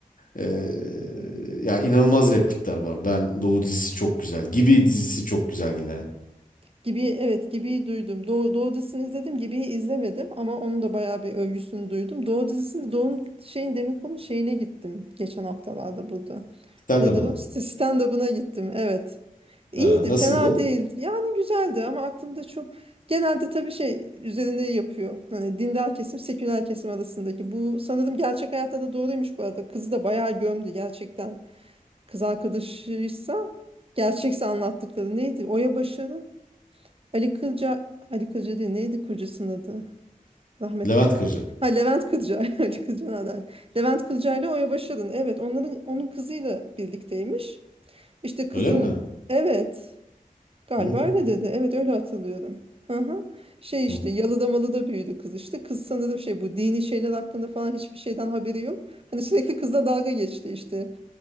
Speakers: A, on the left (about 70°); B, on the right (about 40°).
A: Ee, ya inanılmaz replikler var. Ben Doğu dizisi çok güzel. Gibi dizisi çok güzel yine.
B: Gibi evet gibi duydum. Doğu, Doğu dizisini izledim gibi izlemedim ama onun da bayağı bir övgüsünü duydum. Doğu dizisinde Doğu'nun şeyin demin konu şeyine gittim geçen haftalarda burada.
A: Sen
B: Nedir
A: de bana.
B: o? St- Stand-up'ına gittim evet. İyiydi
A: Ee, nasıldı?
B: fena değildi. Yani güzeldi ama aklımda çok genelde tabii şey üzerine yapıyor. Hani dindar kesim seküler kesim arasındaki bu sanırım gerçek hayatta da doğruymuş bu arada. Kızı da bayağı gömdü gerçekten. Kız arkadaşıysa gerçekse anlattıkları neydi? Oya Başar'ın Ali Kılca, Ali Kılca değil neydi kurucusunun adı? Rahmetli
A: Levent
B: oldu.
A: Kırcı.
B: Ha Levent Kılca. <laughs> Ali Kılca nerede? Levent Kılca ile Oya Başarın. Evet onların, onun kızıyla birlikteymiş. İşte kızın
A: Öyle mi?
B: evet galiba
A: Hmm,
B: öyle dedi. Evet öyle hatırlıyorum. Hı hı. Şey işte
A: hmm.
B: yalıda malıda büyüdü kız işte. Kız sanırım şey bu dini şeyler hakkında falan hiçbir şeyden haberi yok. Hani sürekli kızla dalga geçti işte